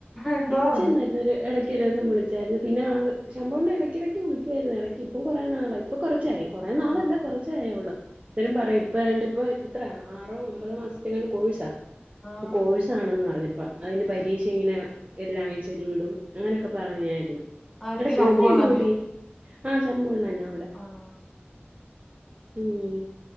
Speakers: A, in the centre; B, on the right (about 30°).
A: എന്തോ
B: ഇച്ച
A: പറഞ്ഞു
B: ന്നൊരു ഇടയ്ക്ക് ഒരുസം വിളിച്ചാരുന്നു പിന്നെ ആത് ശമ്പവംണ്ണം ഇടക്കിടക്ക് വിളിക്കുവായിരുന്നു ഇടക്ക് ഇപ്പം കുറേ നാളായി ഇപ്പ കുറച്ചായി കുറേ നാളല്ല
A: ആഹ്
B: കുറച്ചോയള് ന്തേലും പറയും ഇപ്പ രണ്ട ഇപ്പോ ഇത്ര ആറോ ഒമ്പതോ മാസത്തെങ്ങാണ്ട് കൊഴ്‌സാ
A: ആഹ്
B: അപ്പൊ കോഴ്സ്‌ ആണെന്ന് പറഞ്ഞപ്പ അതിന്റെ പരീക്ഷ ഇങ്ങനെ എല്ലാം ആഴ്ചലും വിടും അങ്ങനെക്കെ പറഞ്ഞായിര്‌ന്നു
A: ആര്ക്ക്
B: ഇടക്ക്
A: ശമ്പൂവണ്ണനോ
B: വീടോടി ആ ശമ്പൂണ്ണനാവിടെ
A: ആഹ്
B: ഉം